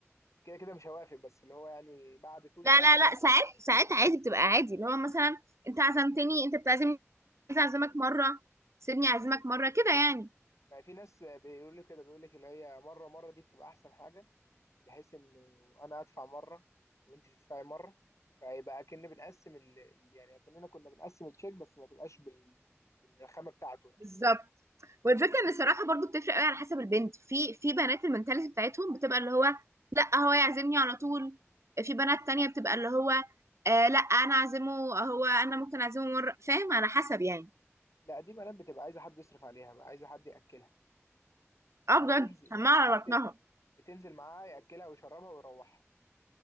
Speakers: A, on the left; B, on the right.
A: كده كده مش هوافق بس اللي هو يعني بعد طول
B: لا
A: زن
B: لا
A: ممكن
B: لا ساعات ساعات عادي بتبقى عادي اللي هو مثلا انت عزمتني انت بتعزمني عايز اعزمك مره سيبني اعزمك مره كده يعني
A: ما في ناس بيقول لي كده بيقول لك اللي هي مره مره دي بتبقى احسن حاجه بحيث انه انا ادفع مره وانت تدفعي مره فيبقى اكن بنقسم ال... ال- يعني اكننا كنا بنقسم التشيك بس ما تبقاش بال... بالرخامه بتاعته يعني.
B: بالظبط والفكره ان الصراحه برضو بتفرق قوي على حسب البنت في في بنات المنتاليتي بتاعتهم بتبقى اللي هو لا هو يعزمني على طول في بنات تانية بتبقى اللي هو آه لا انا اعزمه هو انا ممكن اعزمه مره فاهم على حسب يعني
A: لا دي بنات بتبقى عايزه حد يصرف عليها بقى عايزه حد ياكلها
B: اه
A: دي بتنزل
B: بجد حمار على بطنها
A: بت... بتنزل معاه ياكلها ويشربها ويروحها